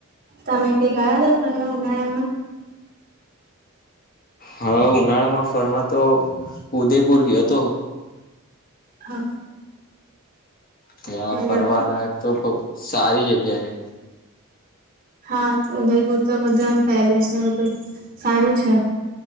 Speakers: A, on the right; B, on the left.
A: હ. તમે કોઈ ગયા. ફરવા ઉનાળામાં.
B: હા ઉનાળામાં ફરવા તો ઉદયપુર ગયો તો.
A: હા.
B: ત્યાં
A: બરાબર
B: ફરવાલાાયક તો બઉ સારી ય ગયારે.
A: હા ઉદયપુર તો બધું એમ પેલેસ ને બધું સારું છે.